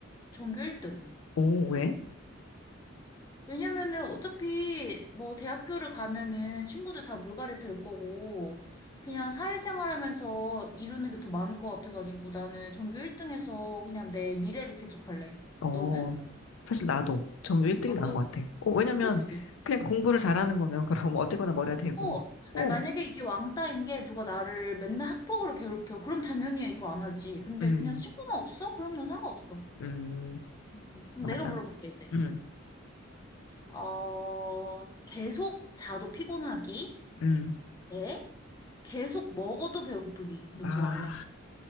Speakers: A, on the left (about 20°); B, on the left (about 85°).
A: 전교 1등.
B: 오, 왜?
A: 왜냐면은 어차피 뭐 대학교를 가면은 친구들 다 물갈이 될 거고 그냥 사회생활 하면서 이루는 게 더 많을 것 같아가지고 나는 전교 1등에서 그냥 내 미래를 개척할래.
B: 어,
A: 너는?
B: 사실 나도 전교 1등이
A: 너도?
B: 나은 것 같아. 어, 왜냐면
A: 그치?
B: 그냥 공부를 잘하는 거면 <laughs> 그럼 어쨌거나 머리가 되고.
A: 어.
B: 어,
A: 아니 만약에 이게 왕따인 게 누가 나를 맨날 학폭으로 괴롭혀. 그럼 당연히 이거 안 하지. 근데
B: 음,
A: 그냥 친구만 없어? 그럼 난 상관없어.
B: 음.
A: 음, 그럼
B: 맞아.
A: 내가 물어볼게 이제.
B: 응,
A: 어, 계속 자도 피곤하기?
B: 응.
A: 에? 계속 먹어도 배고프기. 너
B: 아,
A: 뭐 할래?